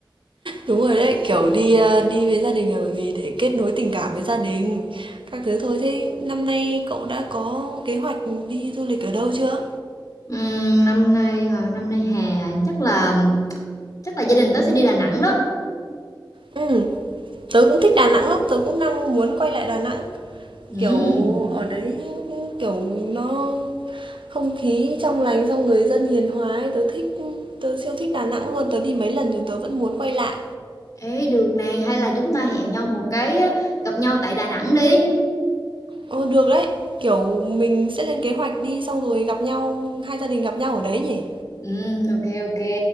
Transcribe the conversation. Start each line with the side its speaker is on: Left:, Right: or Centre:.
Right: Đúng rồi đấy, kiểu đi ờ, đi với gia đình là bởi vì để kết nối tình cảm với gia đình. Các thứ thôi thế năm nay cậu đã có kế hoạch đi du lịch ở đâu chưa?
Left: Ừm, năm nay hả? năm nay hè hả? chắc là chắc là gia đình tớ sẽ đi Đà Nẵng đó
Right: Ừ, tớ cũng thích Đà Nẵng lắm, tớ cũng đang muốn quay lại Đà Nẵng.
Left: ừ
Right: Kiểu ở đấy kiểu nó không khí trong lành xong người dân hiền hòa ấy, tớ thích tớ siêu thích Đà Nẵng luôn, tớ đi mấy lần rồi tớ vẫn muốn quay lại.
Left: Ê, được này hay là chúng ta hẹn nhau một cái á, gặp nhau tại Đà Nẵng đi.
Right: Ờ, được đấy. Kiểu mình sẽ lên kế hoạch đi xong rồi gặp nhau, hai gia đình gặp nhau ở đấy nhỉ?
Left: Ừ, ok ok.